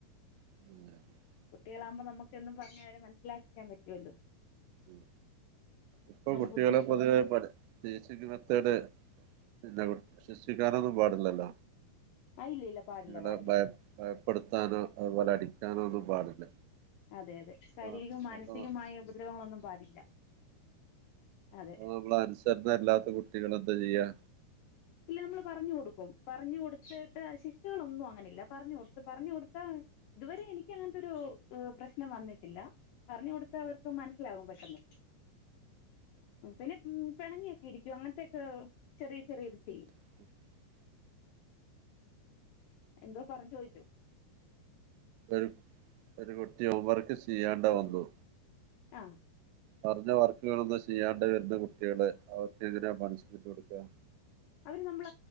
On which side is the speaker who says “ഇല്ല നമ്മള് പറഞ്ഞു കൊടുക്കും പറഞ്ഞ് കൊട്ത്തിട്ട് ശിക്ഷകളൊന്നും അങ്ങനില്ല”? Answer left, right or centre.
Left